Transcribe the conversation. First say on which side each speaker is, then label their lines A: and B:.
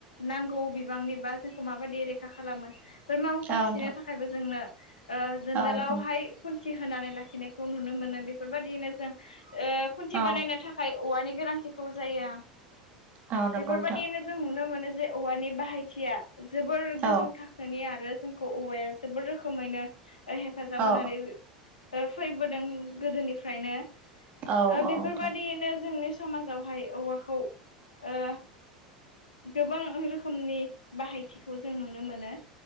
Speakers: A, on the left; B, on the right.
A: नांगौ बिबांनि बा जोंखौ माबायदि रैखा खालामो बोरमाखौ
B: औ
A: फिसिनो
B: नोंथां
A: थाखायबो दोननो दोनदालावहाय
B: औ औ
A: खुन्थि होनानै लाखिनायखौ नुनो मोनो बेफोरबायदियैनो जों ओ खुन्थि
B: औ
A: बानायनो थाखाय औवानि गोनांथि खौ जायो
B: औ नंगौ
A: बेफोरबायदियनो
B: नोंथां
A: जों नुनो मोनो जे औवानि बाहायथिया जोबोर गोजौ
B: औ
A: थाखोनि आरो जोंखौ औवाया जोबोर रोखोमैनो हेफाजाब
B: औ
A: होनानै फैबोदों गोदोनिफ्रायनो
B: औ
A: ओ
B: औ नोंथां
A: बेफोरबायदियैनो जोंनि समाजावहाय औवाखौ ओ गोबां रोखोमनि बाहायथिखौ जों नुनो मोनो